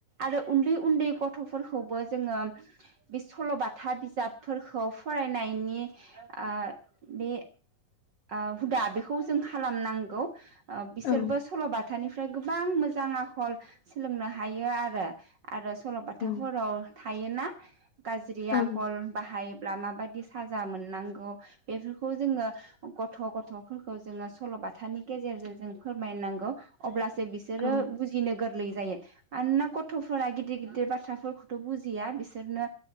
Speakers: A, on the right; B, on the left.
A: आरो उन्दै उन्दै गथ'फोरखौबो जोङो बे सल'बाथा बिजाबफोरखौ फरायनायनि ओ बे ओ हुदा बेखौ जों खालामनांगौ। ओ बिसोरबो
B: औ
A: सल'बाथानिफ्राय गोब गोबां मोजां आखल सोलोंनो हायो आरो। आरो सल'बाथाफोराव
B: औ ओं
A: थायोना गाज्रि
B: औ
A: आखल बाहाय ब्ला माबायदि साजा मोननांगौ बेफोरखौ जोङो गथ' गथ'फोरखौ जोङो सल'बाथानि गेजेरजों जों फोरमायनांगौ अब्ला सो बिसोरो
B: औ
A: बुजिनो गोरलै जायो मानोना गथ'फोरा गिदिर गिदिर बाथ्राफोरखौथ' बुजिया बिसोरनो